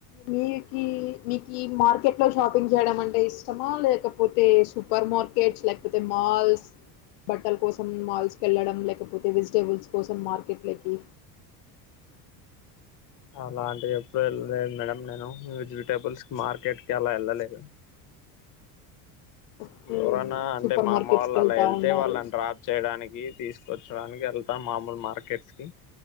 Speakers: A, on the left (about 75°); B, on the left (about 45°).
A: మీకి మీకీ మార్కెట్లో షాపింగ్ చేయడం అంటే ఇష్టమా లేకపోతే సూపర్ మార్కెట్స్ లేకపోతే మాల్స్ బట్టల కోసం మల్ల్కేలడం లేకపోతే వెజిటేబుల్స్ కోసం మార్కెట్లకి
B: అలాంటివి ఎప్పుడూ ఎళ్ళలేదు మేడం నేను వెజిటేబుల్స్ కి మార్కెట్ కి అలా ఎళ్ళలేదు
A: ఓకే
B: ఎవరన్నా అంటే
A: సూపర్
B: మా
A: మార్కెట్స్
B: అమ్మ వాళ్ళు
A: కి వెళ్తా
B: అలా వెళ్తే
A: ఉన్నారు
B: వాళ్ళని డ్రాప్ చేయడానికి కి తీసుకొచ్చడానికి వెళ్తాం మామూలు మార్కెట్కి